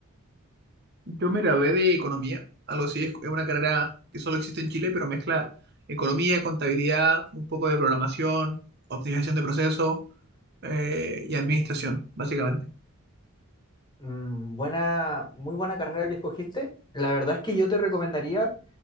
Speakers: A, on the right; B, on the left.
A: Yo me gradué de economía, algo así, es es una carrera que solo existe en Chile, pero mezcla economía, contabilidad, un poco de programación, optimización de procesos eh, y administración, básicamente.
B: Mm, buena, muy buena carrera que escogiste. La verdad es que yo te recomendaría